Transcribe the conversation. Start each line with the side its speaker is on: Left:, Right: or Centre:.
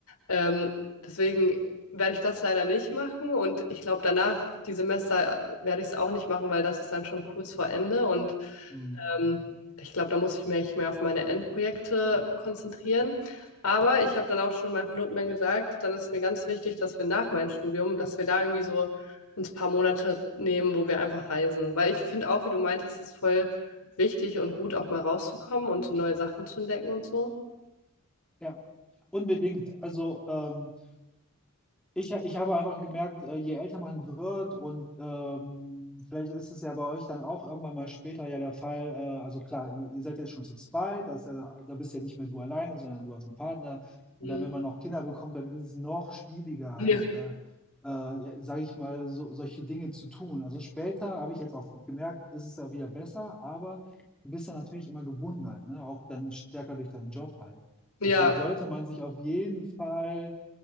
Left: Ähm, deswegen werde ich das leider nicht machen und ich glaube, danach, die Semester, werde ich es auch nicht machen, weil das ist dann schon kurz vor Ende und
Centre: Hm,
Left: ähm, ich glaube, da muss ich mich mehr auf meine Endprojekte konzentrieren. Aber ich habe dann auch schon meinem Verlobten dann gesagt, dann ist mir ganz wichtig, dass wir nach meinem Studium, dass wir da irgendwie so uns ein paar Monate nehmen, wo wir einfach reisen. Weil ich finde auch, wie du meintest, ist voll wichtig und gut, auch mal rauszukommen und so neue Sachen zu entdecken und so.
Centre: Ja, unbedingt. Also, ähm, Ich, ich habe einfach gemerkt, äh, je älter man wird und ähm, vielleicht ist es ja bei euch dann auch irgendwann mal später ja der Fall, äh, also klar, ihr, ihr seid jetzt schon zu zweit, das ist ja, da bist ja nicht mehr du alleine, sondern du hast einen Partner.
Left: Mhm.
Centre: Und dann, wenn man noch Kinder bekommt, dann ist es noch schwieriger halt,
Left: Ja.
Centre: äh, äh, sage ich mal, so, solche Dinge zu tun. Also später habe ich jetzt auch gemerkt, ist es ja wieder besser, aber du bist dann natürlich immer gebunden halt, ne? Auch dann stärker durch deinen Job halt.
Left: Ja,
Centre: Deshalb sollte man sich auf jeden Fall